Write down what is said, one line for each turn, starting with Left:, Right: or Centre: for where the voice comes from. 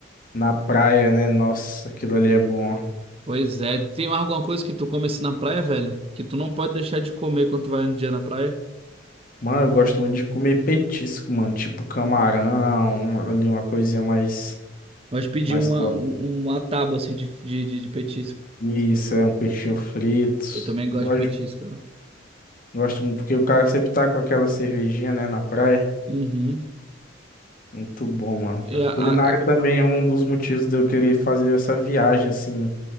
Left: na praia, né? Nossa, aquilo ali é bom.
Right: Pois é, tem mais alguma coisa que tu come assim na praia, velho? Que tu não pode deixar de comer quando tu vai um dia na praia?
Left: Mano, eu gosto muito de comer petisco, mano, tipo camarão, ali uma coisinha mais
Right: Gosto de pedir
Left: mais
Right: uma,
Left: sua.
Right: um- uma tábua assim de, de, de, de petisco.
Left: Isso, é um peixinho frito.
Right: Eu também gosto
Left: Gosto,
Right: de petisco. ó.
Left: gosto muito, porque o cara sempre tá com aquela cervejinha, né, na praia.
Right: Uhum.
Left: Muito bom, mano.
Right: E
Left: A
Right: a,
Left: culinária
Right: a-
Left: também é um dos motivos de eu querer fazer essa viagem, assim,